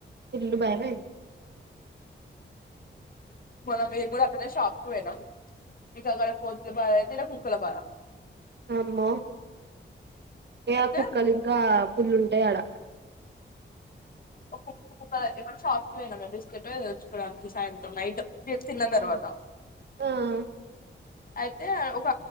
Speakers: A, on the right (about 60°); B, on the left (about 50°).
A: ఫుల్ భయమైంది
B: మనం మేము కూడా అక్కడ షాప్ కు పోయినాం మీక అక్కడ కోతుల బాధ అయితే నాకు కుక్కల బాద
A: అమ్మో ఏ
B: అయితే
A: ఆ కుక్కలు ఇంకా ఫుల్లుంటాయి ఆడ
B: కు కు ఎక్కషాప్ పో బిస్కెట్ ఏదో తె చ్చుకోవడానికి సాయంత్రం నైట్ తిన్న తర్వాత
A: ఉమ్ హ్మ్మ్
B: అయితే ఒక